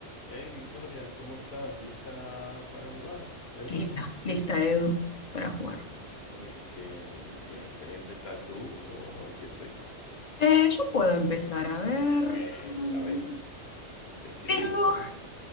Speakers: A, on the left; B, on the left.
A: Hey Victoria, ¿cómo estás? ¿Lista para jugar de nuevo?
B: Lista, lista, Edu, para jugar.
A: Muy bien, muy bien. ¿Quieres empezar tú o empiezo yo?
B: Eh, yo puedo empezar a ver.
A: Venga,
B: mm,
A: venga, decidida,
B: Tengo,
A: venga.